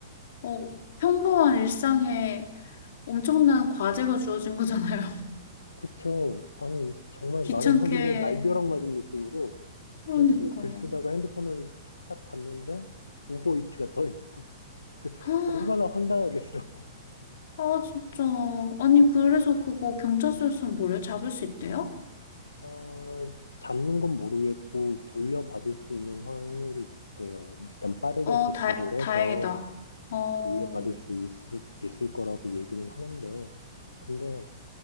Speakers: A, on the left (about 60°); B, on the left (about 90°).
A: 어, 평범한 일상에 엄청난 과제가 주어진 거잖아요. <laughs>
B: 그쵸? 아니 정말
A: 귀찮게.
B: 마른 하늘에 날벼락 맞은 느낌으로
A: 그러니까.
B: 열심히 글 쓰다가 핸드폰을 딱 봤는데 우버이츠가 떠 있는 거야. <laughs> 그
A: 아,
B: 얼마나 황당하겠어.
A: 아, 진짜. 아니, 그래서 그거 경찰서였으면 뭐래요? 잡을 수 있대요?
B: 어, 잡는 건 모르겠고 돌려받을 수 있는 확률이 높대요. 일단 빠르게
A: 어,
B: 대처를
A: 다, 다행이다.
B: 해서
A: 어,
B: 돌려받을 수 있, 있을 거라고 얘기는 하는데 근데